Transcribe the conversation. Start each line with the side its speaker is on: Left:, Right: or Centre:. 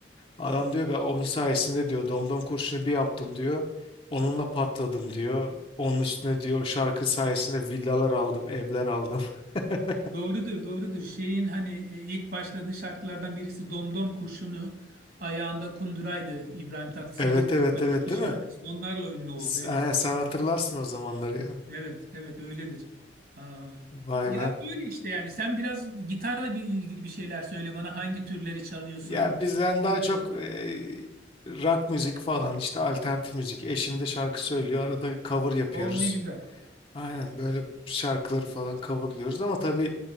Left: Adam diyor ben onun sayesinde diyor domdom kurşunu bir yaptım diyor. Onunla patladım diyor. Onun üstüne diyor o şarkı sayesinde villalar aldım, evler aldım. <laughs>
Right: Doğrudur, doğrudur. Şeyin hani e, ilk başladığı şarkılardan birisi Domdom kurşunu ayağında kunduraydı İbrahim Tatlıses'in
Left: Evet
Right: ilk başladığı
Left: evet evet
Right: iki
Left: değil
Right: şarkısı.
Left: mi?
Right: Onlarla ünlü oldu
Left: S-
Right: evet.
Left: ha, sen hatırlarsın o zamanları ya.
Right: Evet, evet öyledir. Am,
Left: Vay
Right: ya
Left: be.
Right: böyle işte yani sen biraz gitarla bir ilgili bir şeyler söyle bana hangi türleri çalıyorsun,
Left: Ya bizden
Right: dinliyorsun.
Left: daha çok e, rock müzik falan işte alternatif müzik. Eşim de şarkı söylüyor. Arada cover yapıyoruz.
Right: O ne güzel.
Left: Aynen böyle şarkıları falan coverlıyoruz ama tabii